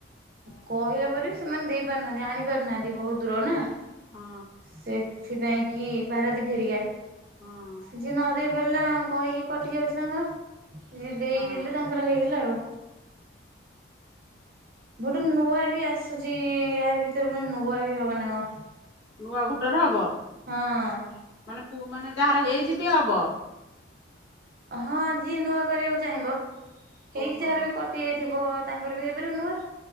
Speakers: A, on the right (about 50°); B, on the left (about 70°).
A: କହିଲା ପରେ ବି ସେମାନେ ଦେଇ ପାରୁନାହାନ୍ତି ଆଣି ପାରୁନାହାନ୍ତି ବହୁତ୍ ଦୂର ନା।
B: ହଁ।
A: ସେଥିପାଇଁ କି ପାରାଦୀପ୍ ହେରିକା
B: ହଁ।
A: ଯିଏ ନ ଦେଇ ପାରିଲା କହିକି କଟି ଯାଉଚି ତାଙ୍କର ଯିଏ ଦେଇଦେଲେ
B: ହଁ
A: ତାଙ୍କର ହେଇଗଲା ଆଉ। ଗୋଟେ
B: ହଁ
A: ନୂଆ ବି ଆସୁଚି ୟାରି ଭିତରେ ଗୋଟେ ନୂଆ ବି ହବ ନା କଣ।
B: ନୂଆ ଭୋଟର ହବ?
A: ହଁ।
B: ମାନେ ପୁ ମାନେ ଯାହାର ହେଇଚି ବି ହବ?
A: ହଁ ଯିଏ ନୂଆ କରିବାକୁ ଚାହିଁବ ହେଇକି
B: ଓହୋ
A: ଯାହାର ବି କ ଟିଏ ଥିବ ତାଙ୍କର ବି ହେଇପାରିବ ନୂଆ।